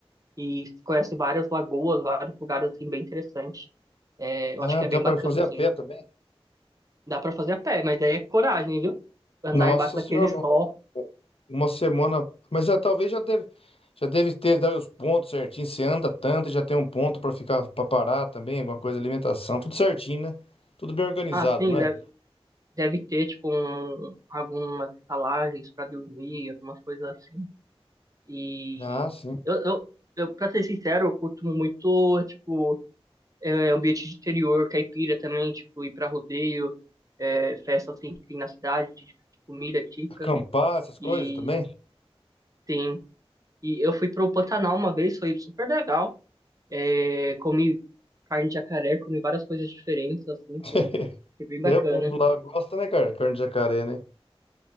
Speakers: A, on the right; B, on the left.
A: e se conhece várias lagoas, vários lugares assim bem interessantes. É, eu
B: Ah,
A: acho que
B: dá
A: é bem
B: para
A: bacana,
B: fazer
A: assim.
B: a pé também.
A: Dá pra fazer a pé, mas aí é coragem, viu? Andar
B: Nossa
A: embaixo daquele
B: senhora,
A: sol.
B: um- um, uma semana. Mas já, talvez já deve, já deve ter dado os pontos certinho. Você anda tanto, já tem um ponto para ficar para parar também, alguma coisa, alimentação, tudo certinho, né? Tudo bem organizado,
A: Ah, sim,
B: não
A: deve,
B: é?
A: deve ter, tipo, um, algumas estalagens pra dormir, algumas coisas assim. E
B: Ah, sim.
A: eu, eu, eu, pra ser sincero, eu curto muito, tipo, é, ambiente de interior, caipira também, tipo, ir pra rodeio, é, festa assim que tem na cidade, de, de comida típica.
B: Acampar, essas coisas
A: E
B: também.
A: tem E eu fui pro Pantanal uma vez, foi super legal. É, comi carne de jacaré, comi várias coisas diferentes, assim,
B: <laughs>
A: foi, foi bem bacana.
B: É, o povo lá gosta, né, cara? Carne de jacaré, né?